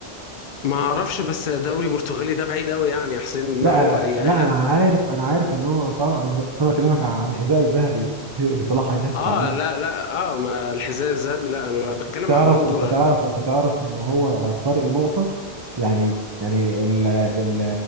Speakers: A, on the left; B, on the right.
A: ما اعرفش بس دوري برتغالي ده بعيد قوي يعني يا حسين ان
B: لا
A: هو يا
B: لا انا عارف انا عارف ان هو صعب بس انا بكلمك على الحذاء الذهبي اللي صلاح
A: <laughs>
B: هينافس
A: اه
B: عليه
A: لا لا اه ما الحذاء الذهبي لا انا بتكلم
B: انت تعرف
A: على البالون
B: انت
A: دور
B: تعرف انت تعرف ان هو فرق نقطة يعني يعني ال ال